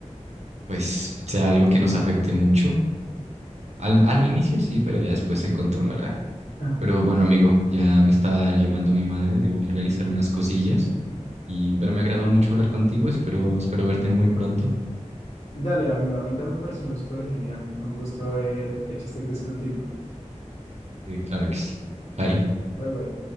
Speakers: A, on the right; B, on the left.
A: pues, sea algo que nos afecte mucho. Al, al inicio sí, pero ya después se controlará.
B: <laughs>
A: Pero bueno, amigo, ya me está llamando mi madre, debo realizar unas cosillas. Y, pero me agradó mucho hablar contigo, espero, espero verte muy pronto.
B: Dale, amigo, a mí también me pareció súper genial. Fue un gusto haber hecho este quiz contigo.
A: Eh, claro que sí.
B: Dale,
A: Bye.
B: bye bye.